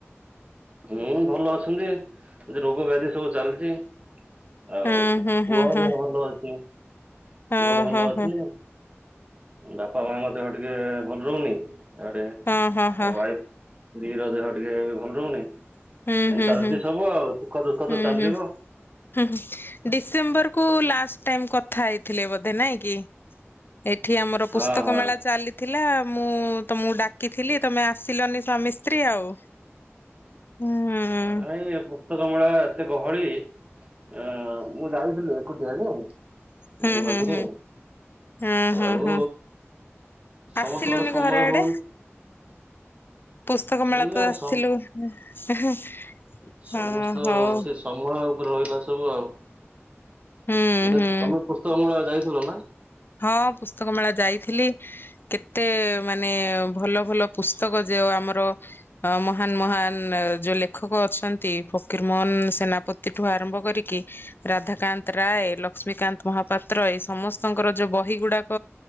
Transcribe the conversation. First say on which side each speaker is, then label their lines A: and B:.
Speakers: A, on the right (about 30°); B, on the left (about 50°).
A: ହୁଁ ଭଲ ଅଛନ୍ତି। ଏଦେ ରୋଗ ବ୍ୟାଧି ସବୁ ଚାଲିଚି। ଆଉ
B: ହୁଁ ହୁଁ
A: ପୁଅ
B: ହୁଁ ହୁଁ
A: ଭ ଭଲ ଅଛି।
B: ଓହୋ
A: ପୁଅ ଭଲ ଅଛି।
B: ହୋ
A: ବାପା ମା ମଧ୍ୟ ଟିକେ ଭଲ ରହୁନି ଇଆଡ଼େ ୱାଇଫ
B: ହଁ ହଁ ହଁ
A: ସ୍ତ୍ରୀ ର ଦେହ ଟିକେ ଭଲ ରହୁନି ଏମ
B: ହୁଁ ହୁଁ
A: ଚାଲିଚି
B: ହୁଁ।
A: ସବୁ ଆଉ ସୁଖ ଦୁଃଖ
B: ହୁଁ
A: ତ ଚାଲିବ।
B: ହୁଁ ହୁଁ ଡିସେମ୍ବର କୁ ଲାଷ୍ଟ ଟାଇମ କଥା ହେଇଥିଲେ ବୋଧେ ନାଇଁ କି? ଏଠି ଆମର
A: ହଁ
B: ପୁସ୍ତକ
A: ହଁ।
B: ମେଳା ଚାଲି ଥିଲା ମୁଁ ତମକୁ ଡାକିଥିଲି ତମେ ଆସିଲନି ସ୍ୱାମୀ ସ୍ତ୍ରୀ ଆଉ। ହୁଁ।
A: ଭାଇ ପୁସ୍ତକମେଳା ଏତେ ଗହଳି ଆ ମୁଁ ଯାଇଥିଲି କୁଟି ଆକୁ ଉ
B: ହୁଁ ହୁଁ
A: ମଝିରେ।
B: ହୁଁ ହଁ ହଁ
A: ଆଉ
B: ହଁ
A: ସମସ୍ତଙ୍କର
B: ଆସିଲୁନି
A: ସମୟ
B: ଘର ଆଡେ
A: ହଉନି।
B: ପୁସ୍ତକ
A: ସରିଲା
B: ମେଳା ତ ଆସିଥିଲୁ
A: ସମ-
B: ହଁ
A: ସମସ୍ତ
B: ହଉ।
A: ସେ ସମୟ ଉପରେ ରହିଲା ସବୁ ଆଉ
B: ହୁଁ
A: ବଲେ
B: ହୁଁ
A: ତମେ ପୁସ୍ତକ ମେଳା ଯାଇଥିଲ ନା?
B: ହଁ ପୁସ୍ତକ ମେଳା ଯାଇଥିଲି କେତେ ମାନେ ଭଲ ଭଲ ପୁସ୍ତକ ଯୋଉ ଆମର ଆ ମହାନ ମହାନ ଯୋଉ ଲେଖକ ଅଛନ୍ତି ଫକୀର ମୋହନ ସେନାପତି ଠୁ ଆରମ୍ଭ କରିକି ରାଧାକାନ୍ତ ରାୟ, ଲକ୍ଷ୍ମୀକାନ୍ତ ମହାପାତ୍ର ଏଇ ସମସ୍ତ ଙ୍କର ଯୋଉ ବହି ଗୁଡାକ